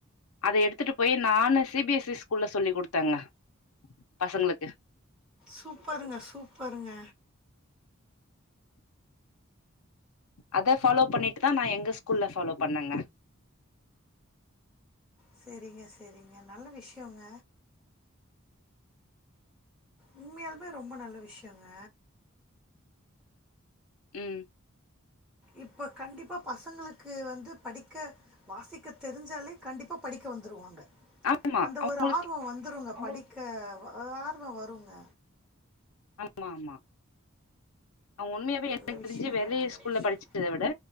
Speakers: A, on the left; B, in the centre.
A: அத எடுத்துட்டு போயி நானு சி பி எஸ் இ ஸ்கூல்ல சொல்லி குடுத்தங்க பசங்களுக்கு
B: சூப்பருங்க சூப்பருங்க
A: அத ஃபாலோ பண்ணிட்டுதா நா எங்க ஸ்கூல்ல ஃபாலோ பண்ணங்க
B: செரிங்க செரிங்க நல்ல விஷயோங்க உண்மையாலுமே ரொம்ப நல்ல விஷயோங்க
A: ம்
B: இப்போ கண்டிப்பா பசங்களுக்கு வந்து படிக்க வாசிக்க தெரிஞ்சாலே கண்டிப்பா படிக்க வந்துருவாங்க
A: ஆமா
B: அந்த
A: அவங்களுக்கு
B: ஒரு ஆர்வோ வந்துருங்க படிக்கவ் அ ஆர்வோ வருங்க
A: ஆமாமா அவ உண்மையாவே
B: நல்ல
A: எனக்கு தெரிஞ்சி
B: விஷயங்க
A: வெளிய
B: நல்ல
A: ஸ்கூல்ல
B: விஷயம்
A: படிச் சத விட